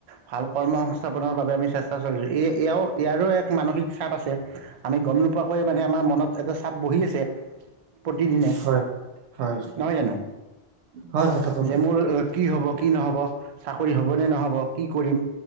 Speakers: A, on the right; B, on the right.
A: ভাল কৰ্ম সংস্থাপনৰ বাবে আমি চেষ্টা চলাইছোঁ এয়াও ইয়াৰো এক মানসিক চাপ আছে আমি গম নোপোৱাকৈয়ে মানে আমাৰ মনত এটা চাপ বহি আছে প্ৰতিদিনে
B: হয় হয়
A: নহয় জানো
B: হয় কথাটো হয়
A: যে মোৰ কি হ'ব কি নহ'ব চাকৰি হ'বনেে নহ'ব কি কৰিম